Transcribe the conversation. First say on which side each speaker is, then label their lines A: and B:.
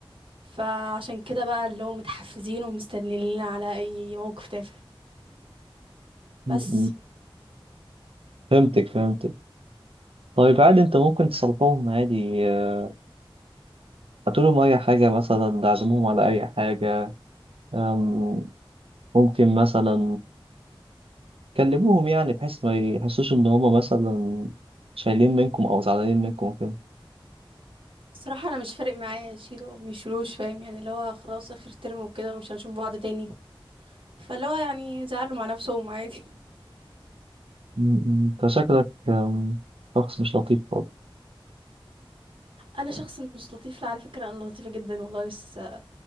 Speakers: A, on the right; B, on the right.
A: فعشان كده بقى اللي هم متحفزين ومستنيين على اي موقف تافه
B: م-
A: بس
B: م. فهمتك فهمتك طيب عادي أنت ممكن تصلحوهم عادي آه، هاتولهم أي حاجة مثلا عزموهم على أي حاجة آم، ممكن مثلا كلموهم يعني بحيث ما يحسوش ان هما مثلا شايلين منكم او زعلانين منكم وكده
A: صراحة انا مش فارق معايا يشيلوا او ميشيلوش فاهم يعني اللي هو خلاص اخر ترم وكده ومش هنشوف بعض تاني فاللي هو يعني زعلوا مع نفسهم عادي
B: م- م. انت شكلك أم، شخص مش لطيف خالص
A: انا شخص مش لطيف لا على فكره انا لطيفه جدا والله بس